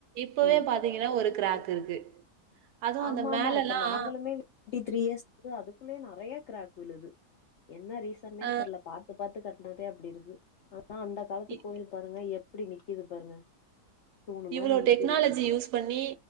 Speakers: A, on the right; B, on the left.
A: இப்பவே
B: ம்
A: பாத்தீங்கனா ஒரு கிராக் இருக்கு அதுவும்
B: ஆமா
A: அந்த
B: ஆமா
A: மேலலாம்
B: இப்ப நாங்களுமே் த்ரீ இயர்ஸ் அதுக்குள்ளயே நெறயா கிராக் விலுது என்ன ரீசன்னே
A: ஆ
B: தெரில ‌பாத்து பாத்து கட் ன்றதே அப்டி இருக்கு அந்தக் காலத்து
A: இ
B: கோயில் பாருங்க எப் எப்டி நிக்கிது பாருங்க தூணு மாரி
A: இவ்ளோ
B: நிக்கிது
A: டெக்னாலஜி யூஸ் பண்ணி